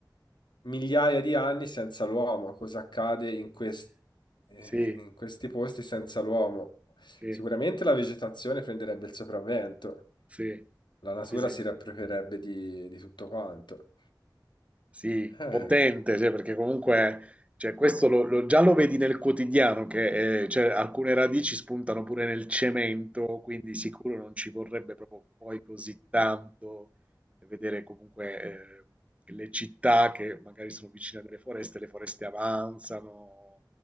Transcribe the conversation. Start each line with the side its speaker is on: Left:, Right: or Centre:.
Left: migliaia di anni senza l'uomo, cosa accade in quest- eh,
Right: sì,
Left: in questi posti senza l'uomo.
Right: sì,
Left: Sicuramente la vegetazione prenderebbe il sopravvento,
Right: sì,
Left: la natura
Right: sì, sì.
Left: si riapproprierebbe di, di tutto quanto.
Right: Sì,
Left: Eh.
Right: potente, cioè, perché comunque cioè, questo lo- lo- già lo vedi nel quotidiano, che eh, cioè, alcune radici spuntano pure nel cemento, quindi sicuro non ci vorrebbe proprio poi così tanto vedere comunque eh, le città che magari sono vicine a delle foreste, le foreste avanzano,